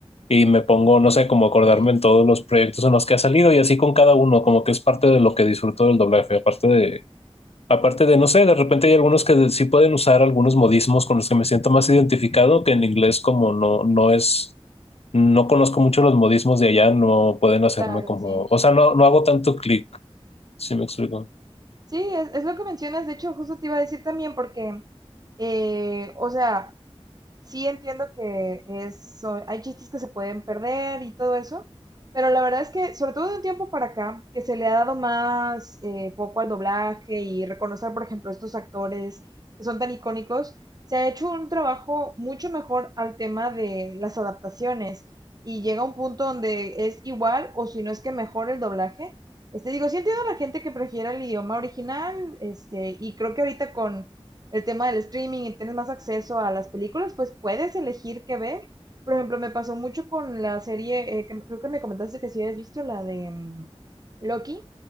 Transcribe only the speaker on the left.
y me pongo, no sé, como acordarme
en todos los proyectos en los que ha salido y así con cada uno, como que es parte de lo que disfruto del doblaje, aparte de Aparte de, no sé, de repente hay algunos que sí pueden usar algunos modismos con los que me siento más identificado, que en inglés como no, no es, no conozco mucho los modismos de allá, no pueden hacerme
como,
o sea, no, no hago tanto clic, si me explico.